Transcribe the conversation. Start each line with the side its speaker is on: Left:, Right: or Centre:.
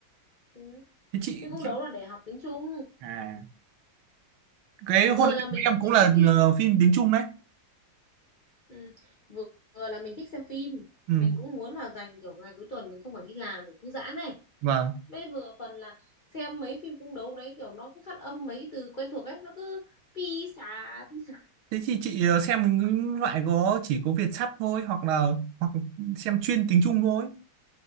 Left: ừ.
Right: thế chị
Left: phim cung
Right: chị
Left: đấu là để học tiếng Trung
Right: à cái hôn
Left: vừa
Right: lễ
Left: là mình
Right: của em
Left: cũng
Right: cũng
Left: thích
Right: là
Left: xem phim
Right: ờ, phim tiếng Trung đấy
Left: ừ. vừa, vừa là mình thích xem phim
Right: ừ
Left: mình cũng muốn là dành kiểu ngày cuối tuần mình không phải đi làm để thư giãn này
Right: vâng
Left: bây vừa phần là xem mấy phim cung đấu đấy kiểu nó cứ phát âm mấy cái từ quen thuộc ấy nó cứ pi xà pi xà
Right: Thế thì chị ờ, xem những loại có chỉ có Việt sắp thôi hoặc là hoặc xem chuyên tiếng Trung thôi.